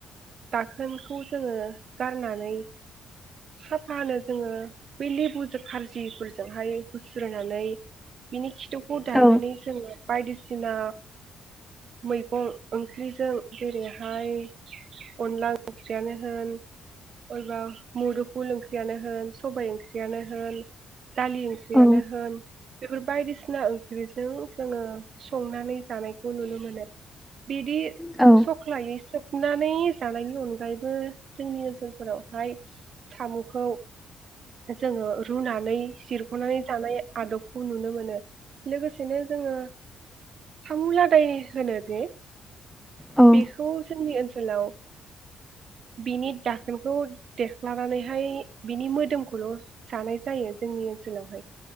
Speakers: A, on the right; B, in the centre.
A: दाखोनखौ जोङो गारनानै साफानो जोङो बै लेबुजों खारजिफोरजोंहाय <unintelligible> <unintelligible> नानै बिनि खिथुखौ दाननानै
B: औ
A: जोङो बायदिसिना मैगं ओंख्रिजों जेरै हाय अनला ओंख्रियानो होन अयबा मुदुफुल ओंख्रियानो होन सबाय ओंख्रियानो होन दालि ओंख्रियानो
B: औ
A: होन बेफोर बायदिसिना ओंख्रिजों जोङो संनानै जानायखौ नुनो मोनो बिदि
B: औ
A: सख्लायैसो नानै जानायनि अन गायबो ओनसोलफोरावहाय साम'खौ जोङो रुनानै जिरख'नानै जानाय आदबखौ नुनो मोनो लोगोसेनो जोङो सामु लादाय होनो जे
B: औ
A: बेखौ जोंनि ओनसो सोलाव बिनि दाखोनखौ देख्लानानैहाय बिनि मोदोमखौल' जानाय जायो जोंनि ओनसोलावहाय।